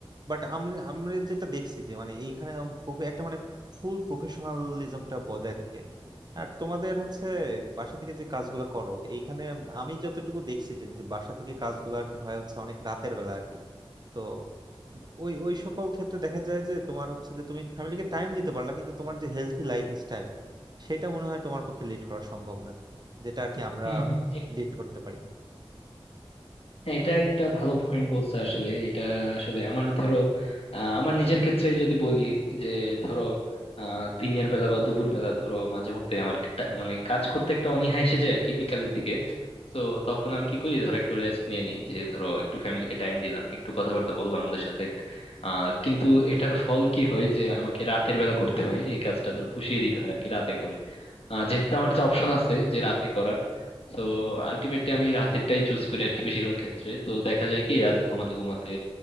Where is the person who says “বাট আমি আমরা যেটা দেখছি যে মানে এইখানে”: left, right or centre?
Right